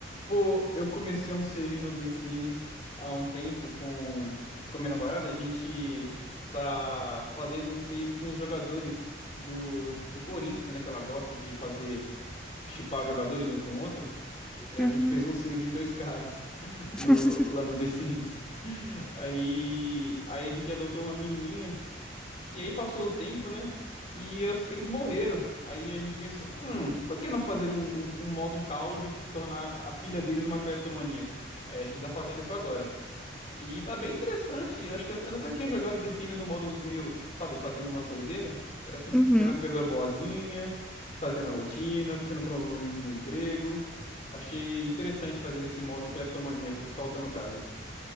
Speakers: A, on the left; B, in the centre.
A: Pô, eu comecei um save no The Sims há um tempo com, com a minha namorada. A gente tá fazendo um save com os jogadores do, do Corinthians, né? Que ela gosta de fazer, shippar jogadores um com o outro. E a
B: Uhum.
A: gente fez um save de dois caras <laughs>
B: <laughs>
A: no, lá no The Sims. Aí, aí a gente adotou uma menininha. E aí passou o tempo, né? E os- eles morreram. Aí a gente pensou, hum, por que não fazer um, um- um modo caos e tornar a filha deles uma cleptomaníaca? Aí a gente tá fazendo isso agora. E tá bem interessante. Eu acho que eu, eu nunca tinha jogado The Sims no modo meio, sabe, fazendo umas doideiras. Era sempre
B: Uhum.
A: fazendo as coisas boazinha, fazendo a rotina, sendo promovido no emprego. Achei interessante fazer esse modo cleptomaníaco, soltando casas.